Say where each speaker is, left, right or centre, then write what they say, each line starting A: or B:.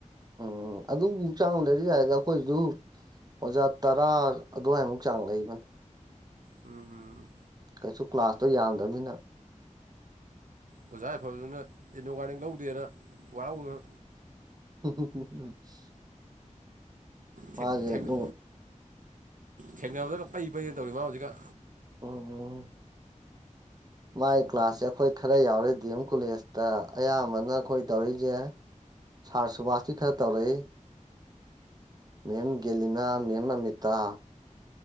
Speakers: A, on the right; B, on the right.
A: ꯎꯝ ꯑꯗꯨꯕꯨꯛ ꯆꯥꯡ ꯂꯩꯔꯗꯤ ꯌꯥꯏꯗ ꯑꯩꯈꯣꯏꯁꯨ ꯑꯣꯖꯥ ꯇꯔꯥ ꯑꯗꯨꯋꯥꯏꯃꯨꯛ ꯆꯥꯡ ꯂꯩꯕꯅꯤ
B: ꯎꯝ ꯎꯝ
A: ꯀꯩꯁꯨ ꯀ꯭ꯂꯥꯁꯇꯣ ꯌꯥꯝꯗ꯭ꯔꯕꯅꯤꯅ
B: ꯑꯣꯖꯥ ꯌꯥꯏꯐꯕꯗꯨꯅ ꯏꯟꯗꯣꯒꯥꯅꯤꯛ ꯂꯧꯗꯦꯅ ꯋꯥꯔꯧꯗꯅ
A: <unintelligible>
B: ꯊꯦꯛ
A: ꯃꯥꯁꯦ
B: ꯊꯦꯡꯅ
A: ꯅꯣꯡ
B: ꯊꯦꯡꯅꯕꯗꯒ ꯄꯩ ꯄꯩꯗꯅ ꯇꯧꯔꯤ ꯃꯥ ꯍꯧꯖꯤꯛꯀꯥꯟ
A: <inaudible> ꯃꯥꯏ ꯀ꯭ꯂꯥꯁꯁꯦ ꯑꯩꯈꯣꯏ ꯈꯔ ꯌꯥꯎꯔꯦ ꯗꯤ ꯑꯦꯝ ꯀꯣꯂꯦꯖꯇ ꯑꯌꯥꯝꯕꯅ ꯑꯩꯈꯣꯏ ꯇꯧꯔꯛꯏꯁꯦ ꯁꯥꯔ ꯁꯨꯕꯥꯁꯇꯤ ꯈꯔ ꯇꯧꯔꯛꯏ ꯃꯦꯝ ꯒꯦꯂꯤꯅꯥ ꯃꯦꯝ ꯑꯃꯤꯇꯥ